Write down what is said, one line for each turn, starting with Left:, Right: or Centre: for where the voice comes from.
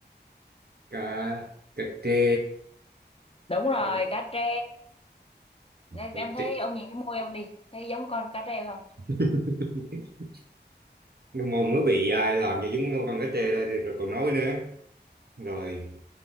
Right: Cà, cà trê
Left: đúng rồi
Right: Ừ,
Left: cá trê nên
Right: cà
Left: em thấy
Right: trê.
Left: ông nhìn cái môi ông đi thấy giống con cá trê không
Right: <laughs> Nhưng mà mới bị ai làm cho giống con cá trê đây rồi còn nói nữa rồi